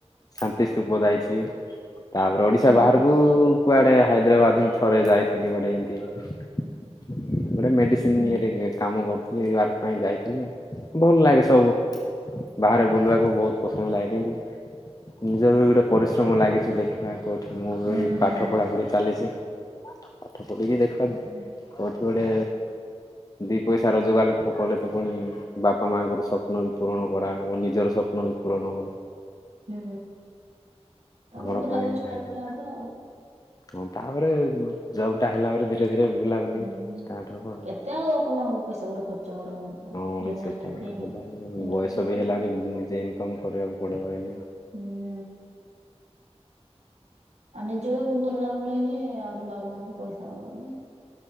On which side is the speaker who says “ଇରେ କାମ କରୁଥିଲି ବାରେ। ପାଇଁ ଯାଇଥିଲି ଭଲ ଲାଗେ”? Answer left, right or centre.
Left